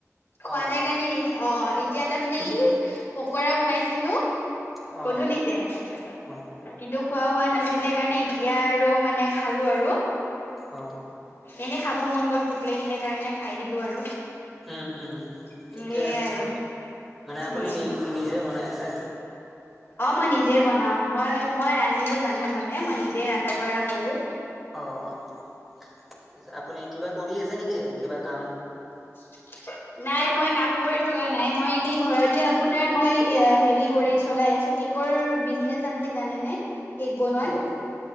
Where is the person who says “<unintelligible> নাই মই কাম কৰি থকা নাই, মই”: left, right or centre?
Left